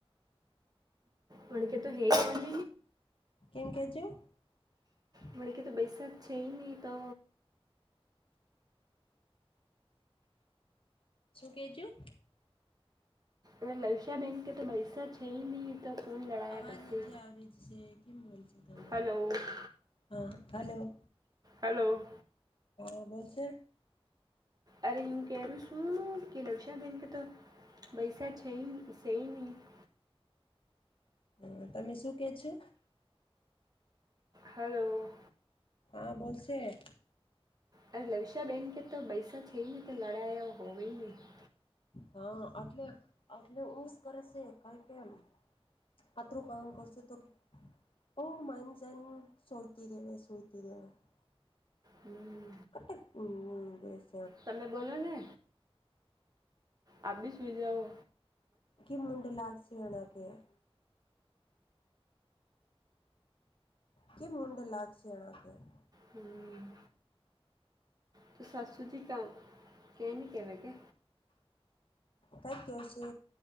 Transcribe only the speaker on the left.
કેમ કેજો- -
શું કેજું?
અવાજ
નથી આવી છે કેમ બોલ છે તમે
હા હલોો.
હા બોલશે.
હ તમે શું કે છો?
હા, બોશે.
હા, એટલે, એટલે એજ કરે છે, કઈ કેમ- - પત્રરુ કામ કરશ, તો કે? ઓ મામ જેન સઈતી, દેવે સઈતી દેવે- -
<unintelligible>
ક મુડ, લાગસિયાણા ક્યા? કેમ મુડ લાગક્ષી, આ કે- -
કઈ કેવશે